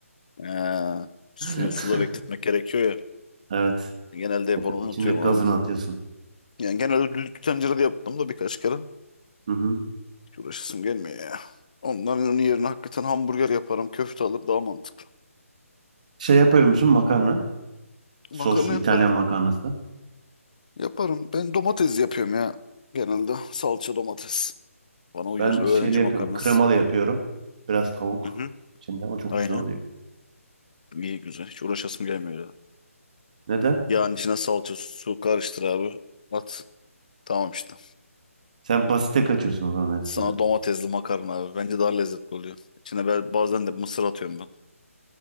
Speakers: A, on the left; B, on the right.
A: Ee, suyu
B: <laughs>
A: suda bekletmek gerekiyor ya.
B: Evet.
A: Genelde hep onu unutuyorum
B: İçindeki gazını
A: abi.
B: atıyorsun.
A: Yani genelde düdüklü tencerede yaptım da birkaç kere.
B: Hı hı.
A: Hiç uğraşasım gelmiyor ya. Onların onun yerine hakikaten hamburger yaparım. Köfte alır daha mantıklı.
B: Şey yapıyor musun makarna? Sos
A: Makarna
B: İtalyan
A: yaparım.
B: makarnası.
A: Yaparım. Ben domates yapıyorum ya. Genelde salça domates. Bana uyar.
B: Ben
A: Öğrenci
B: şeyli yapıyorum.
A: makarnası.
B: Kremalı yapıyorum. Biraz tavuk
A: Hı hı.
B: içinde. O çok
A: Aynen.
B: güzel oluyor.
A: İyi güzel. Hiç uğraşasım gelmiyor ya.
B: Neden?
A: Yağın içine salça su su karıştır abi. At. Tamam işte.
B: Sen basite kaçıyorsun o zaman hepsinde.
A: Sana domatesli makarna abi. Bence daha lezzetli oluyor. İçine ben bazen de mısır atıyorum ben.